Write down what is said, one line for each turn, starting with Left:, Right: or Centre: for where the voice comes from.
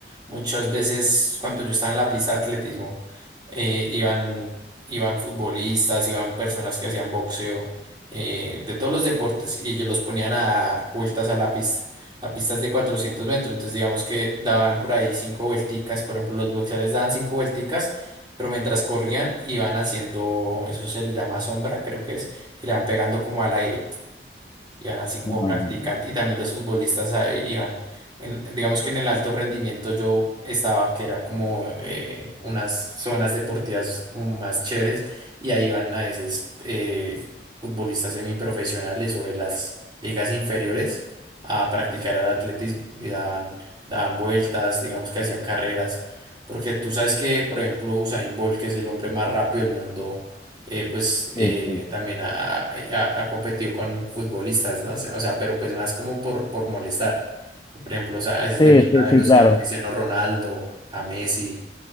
Right: Muchas veces cuando yo estaba en la pista de atletismo eh, iban, iban futbolistas, iban personas que hacían boxeo, eh, de todos los deportes y ellos los ponían a dar vueltas a la pista. La pista es de 400 metros, entonces digamos que daban por ahí cinco vuelticas, por ejemplo los boxeadores daban cinco vuelticas. Pero mientras corrían, iban haciendo, eso se le llama sombra, creo que es, que le van pegando como al aire iban así como
Left: no,
Right: practican. Y también los futbolistas ah, iban, en- digamos que en el alto rendimiento yo estaba, que era como eh, unas zonas deportivas como más chéveres, y ahí iban a veces eh, futbolistas semiprofesionales o de las ligas inferiores a practicar el atletismo y daban, daban vueltas, digamos que hacían carreras. Porque tú sabes que, por ejemplo, Usain Bolt, que es el hombre más rápido del mundo, eh, pues eh,
Left: sí, sí,
Right: también ha, ha- ha- ha competido con futbolistas, ¿no? O sea, o sea, pero pues más como por, por molestar. Por ejemplo, o sea, a veces
Left: sí,
Right: le mide la
Left: sí,
Right: Mm.
Left: sí,
Right: velocidad
Left: claro.
Right: a Cristiano Ronaldo, a Messi.